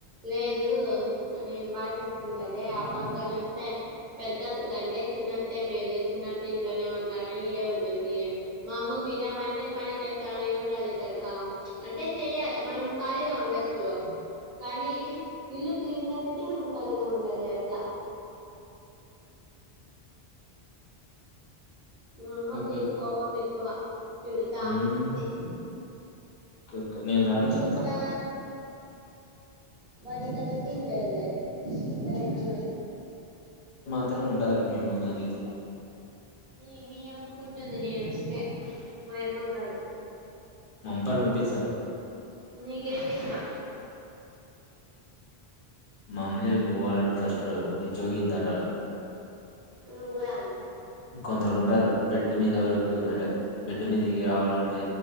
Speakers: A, on the right; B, on the left.
A: లేదు నేను బాగా చూసుకుంటాాల ఆ పాపగాని వస్తే పెద్దత్తు కంటే చిన్నత్త మేలు చిన్నత్త ఇంట్లోనే ఉంటానని ఈడే ఉంటుంది మా అమ్మకు నిజం అంటే పని చేస్తామని ఉండాలి తెలుసా అంటే చెయి మనం ఖాళీగా ఉండచ్చు కానీ ఇల్లు క్లీన్ గా పెట్టి మనం ఖాళీగా ఉండాలి అట్లా మా అమ్మకి
B: ఓకే ఓకే
A: కోపం ఎక్కువ చడుతా
B: మ్మ్,
A: ఉంటుంది అ
B: ఓకే ఓకే నేను రాని
A: నువ్
B: చెప్తా
A: ఇట్లా నీకంత సీన్ లే ఉంద సరేనా
B: ఇత్ర ఉంటది అప్పుడు మీ అమ్మకు నా చేతుల్లో
A: నీ మీ అమ్మ కు ఉంటుంది నేను వస్తే మా అమ్మకు కాదు
B: మంబర్ వపి చ
A: నీ కర తీస్మా
B: మా అమ్మ జలుకి నువ్వాలంటే ఫస్ట్ ఇది జోగిందట అలా
A: నువు కూడా ఆంతే
B: కొందరు ఉంటారు బెడ్ మీద వరకు అంటే బెడ్ మీద ఇ రావాలంటే